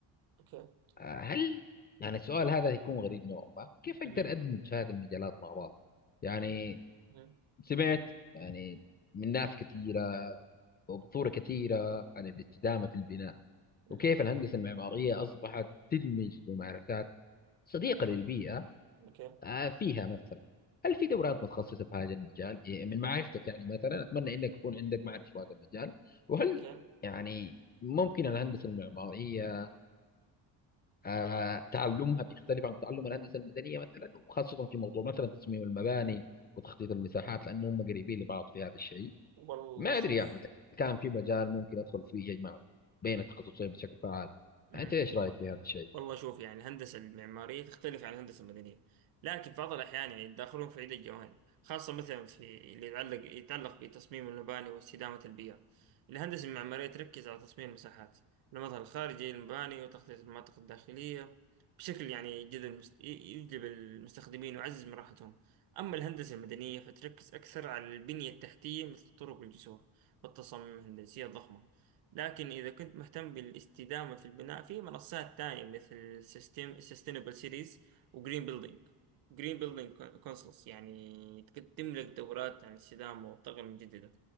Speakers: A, on the right; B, on the left.
A: أوكي
B: آه، هل يعني السؤال هذا هيكون غريب نوعا ما كيف اقدر
A: مهم.
B: ادمج هذه المجالات مع بعض يعني
A: مهم.
B: سمعت يعني من ناس كثيرة وبصورة كثيرة عن الاستدامة في البناء
A: مهم.
B: وكيف الهندسة المعمارية أصبحت تدمج ممارسات صديقة للبيئة
A: اوكي
B: آه، فيها مثلا هل في دورات متخصصة في هذا المجال إيه، من معرفتك يعني مثلا أتمنى إنك يكون عندك معرفة في هذا المجال وهل
A: اوكي
B: يعني ممكن الهندسة المعمارية آه، تعلمها بيختلف عن تعلم الهندسة المدنية مثلا وخاصة في موضوع مثلا تصميم المباني وتخطيط المساحات لأنهم قريبين لبعض في هذا الشيء
A: والله
B: ما
A: شوف
B: ادري يعني اذا كان في مجال ممكن ادخل فيه يجمع بين التخصصين بشكل فعال
A: مهم.
B: انت ايش رايك في هذا الشيء؟
A: والله شوف يعني الهندسة المعمارية تختلف عن الهندسة المدنية لكن في بعض الأحيان يعني يتداخلون في عدة جوانب خاصة مثلا في اللي يتعلق يتعلق بتصميم المباني واستدامة البيئة الهندسة المعمارية تركز على تصميم المساحات المظهر الخارجي للمباني وتخطيط المناطق الداخلية بشكل يعني يجذب المست... يجلب المستخدمين ويعزز من راحتهم أما الهندسة المدنية فتركز أكثر على البنية التحتية مثل الطرق والجسور والتصاميم الهندسية الضخمة لكن إذا كنت مهتم بالاستدامة في البناء في منصات تانية مثل سيستم سستينبل سيتيز وجرين بيلدينج جرين بيلدينج كونسلز يعني تك- تملك دورات عن الاستدامة والطاقة المتجددة